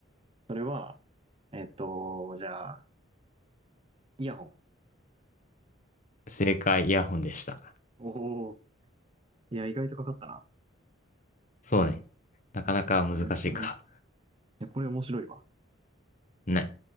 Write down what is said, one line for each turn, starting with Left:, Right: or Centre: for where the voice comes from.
Right: それは、えっと、じゃあ、イヤホン。
Left: 正解、イヤホンでした。
Right: おお、いや、意外とかかったな。
Left: そうね。なかなか難しいか。
Right: なるほどね。いや、これ面白いわ。
Left: ね。